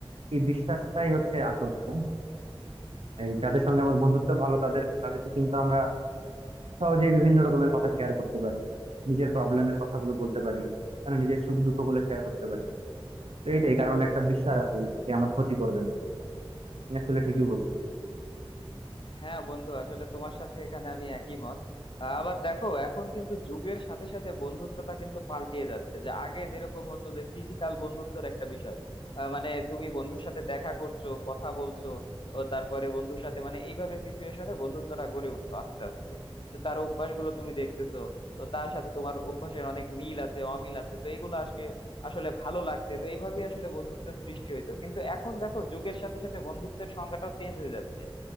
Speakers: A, on the right; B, on the left.
A: এই বিশ্বাসটাই হচ্ছে আসল তাই না এই যাদের সঙ্গে আমার বন্ধুত্ব ভালো তাদের তাদেরকে কিন্তু আমরা সহজেই বিভিন্ন রকমের কথা শেয়ার করতে পারি নিজের প্রবলেমের কথাগুলো বলতে পারি মানে নিজের সুখ দুঃখ গুলো শেয়ার করতে পারি তো এইটাই কারণ একটা বিশ্বাস আছে যে সে আমার ক্ষতি করবে না তুমি আসলে ঠিকই বলছো
B: হ্যাঁ বন্ধু আসলে তোমার সাথে এখানে আমি একই মত আহ, আবার দেখো এখন কিন্তু যুগের সাথে সাথে বন্ধুত্বটা কিন্তু পাল্টিয়ে যাচ্ছে যে আগে যেরকম হতো যে ফিজিক্যাল বন্ধুত্বর একটা বিষয় আহ, মানে তুমি বন্ধুর সাথে দেখা করছো কথা বলছো ও তারপরে বন্ধুর সাথে মানে এইভাবে সিচুয়েশনে বন্ধুত্বটা গড়ে উঠতো আস্তে আস্তে তো তার অভ্যাসগুলো তুমি দেখতেছো তো তার সাথে তোমার অভ্যাসের অনেক মিল আছে অমিল আছে তো এইগুলো আজকে আসলে ভালো লাগছে তো এইভাবেই আসলে বন্ধুত্বের সৃষ্টি হইতো কিন্তু এখন দেখো যুগের সাথে সাথে বন্ধুত্বের সংজ্ঞাটাও চেঞ্জ হয়ে যাচ্ছে